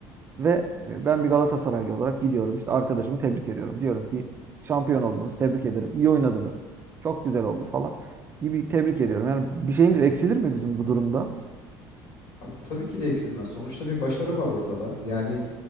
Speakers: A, on the right (about 25°); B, on the left (about 50°).
A: Ve e, ben bir Galatasaraylı olarak gidiyorum. işte arkadaşımı tebrik ediyorum. Diyorum ki şampiyon oldunuz, tebrik ederim. İyi oynadınız. Çok güzel oldu falan gibi tebrik ediyorum. Yani bir şeyimiz eksilir mi bizim bu durumda?
B: Abi tabii ki de eksilmez. Sonuçta bir başarı var ortada. Yani